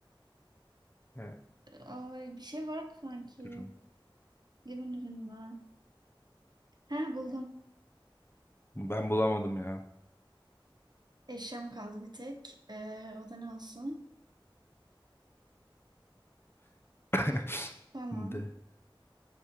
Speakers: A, on the left; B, on the right.
A: He,
B: ay bir şey vardı sanki.
A: durum.
B: Limin ürünü. Heh buldum.
A: Ben bulamadım ya.
B: Eşyam kaldı bir tek. Ee, o da ne olsun?
A: <laughs>
B: Tamam.
A: De.